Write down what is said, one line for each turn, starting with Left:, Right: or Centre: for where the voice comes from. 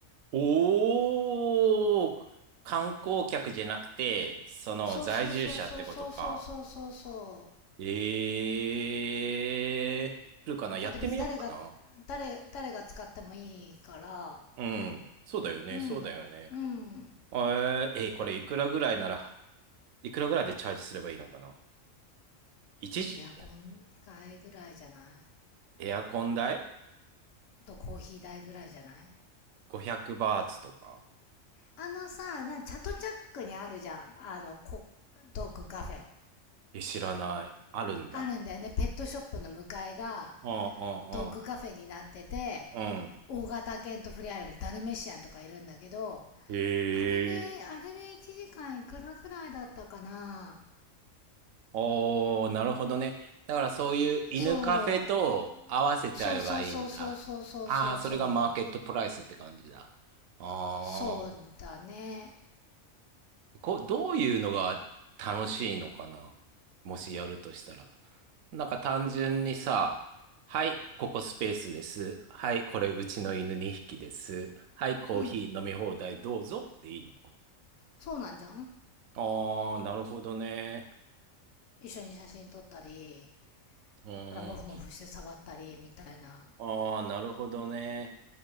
Right: おー、観光客じゃなくて、その在住者ってことか。
Left: そうそうそうそうそうそうそうそう
Right: えー、来るかなやってみようかな。
Left: だって別に誰が誰誰が使ってもいいから
Right: うん。そうだよね。
Left: うんうん
Right: そうだよね。えー、えーこれいくらぐらいなら、いくらぐらいでチャージすればいいのかな一時、
Left: エアコン代ぐらいじゃない
Right: エアコン代
Left: とコーヒー代ぐらいじゃない
Right: ?500 バーツとか。
Left: あのさ、なんチャトチャックにあるじゃん。あの、こドッグカフェ。
Right: え、知らない。あるんだ。
Left: あるんだよね。ペットショップの向かいが、
Right: うんうん
Left: ドッグカフェになってて、
Right: うん。うん。
Left: 大型犬と触れ合えるダルメシアンとかいるんだけど、
Right: へえ。
Left: あれで、あれで1時間いくらぐらいだったかな。
Right: おー、なるほどね。だからそういう犬カフェと合わせちゃえばいいんだ。
Left: そう。そうそうそうそうそうそうそうそう。
Right: ああ、それがマーケットプライスって感じだ。あ
Left: そうだね。
Right: こどういうのが楽しいのかなもしやるとしたら。なんか単純にさ、はい、ここスペースです。はい、これうちの犬2匹です。はい、コーヒー飲み放題どうぞでいいのか
Left: うん。そうなんじゃん
Right: なああー、なるほどね。
Left: 一緒に写真撮ったり、
Right: うん。
Left: から、モフモフして触ったり、みたいな。
Right: ああ、なるほどね。